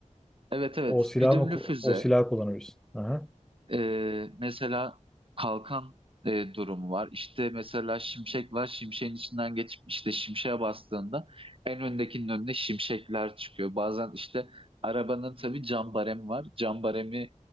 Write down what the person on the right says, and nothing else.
evet evet
güdümlü
füze.
Ee, mesela kalkan e, durumu var. İşte mesela şimşek var. Şimşeğin içinden geçip işte şimşeğe bastığında en öndekinin önüne şimşekler çıkıyor. Bazen işte arabanın tabii cam baremi var. Cam baremi